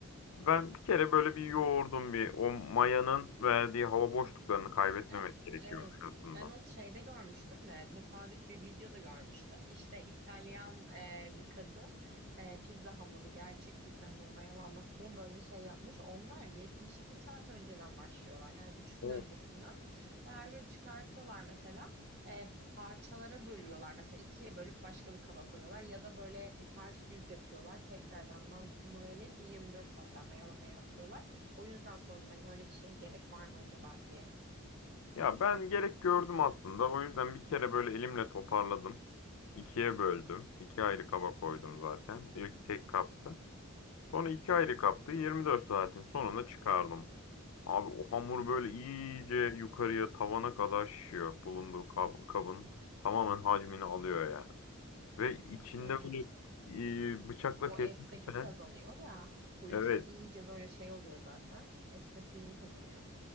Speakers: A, on the left; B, on the right.
A: Ben bir kere böyle bir yoğurdum bir. O mayanın verdiği hava boşluklarını kaybetmemek
B: Ya
A: gerekiyormuş
B: evet.
A: aslında.
B: Ben onu şeyde görmüştüm de tesadüf bir videoda görmüştüm. İşte İtalyan e, bir kadın e, pizza hamuru, gerçek pizza hamuru mayalanması diye böyle şey yapmış. Onlar 72 saat önceden başlıyorlar. Yani 3 gün
A: O.
B: öncesinden. Ve Her gün çıkartıyorlar mesela. E, parçalara bölüyorlar. Mesela ikiye bölüp başka bir kaba koyuyorlar. Ya da böyle e, ters yüz yapıyorlar. Tekrardan ma- hamuru eleyip bir 24 saatten mayalamaya atıyorlar. O yüzden sordum hani öyle bir şeye gerek var mı acaba diye.
A: Ya ben gerek gördüm aslında. O yüzden bir kere böyle elimle toparladım. İkiye böldüm. İki ayrı kaba koydum zaten. İlk tek kapta. Sonra iki aylık yaptı. 24 saatin sonunda çıkardım. Abi o hamur böyle iyice yukarıya tavana kadar şişiyor. Bulunduğu kab- kabın tamamen hacmini alıyor yani. Ve içinde
B: Evet.
A: böyle e, bıçakla
B: O
A: kesmişsen
B: esneklik kazanıyor da gluten
A: evet
B: iyice böyle şey oluyor zaten. Esnekliğini kazanıyor.